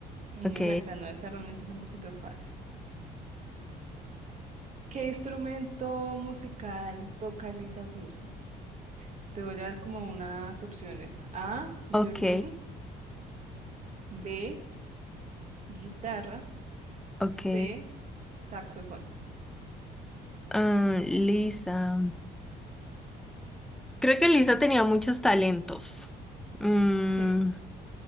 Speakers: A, on the right; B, in the centre.
A: Eh,
B: Ok,
A: bueno, ya no, esta realmente es un poquito fácil. ¿Qué instrumento musical toca Lisa Simpson? Te voy a dar como unas opciones. A, violín,
B: ok,
A: B, guitarra,
B: ok.
A: C, saxofón.
B: Ah, Lisa. Creo que Lisa tenía muchos talentos. Mm,
A: Sí.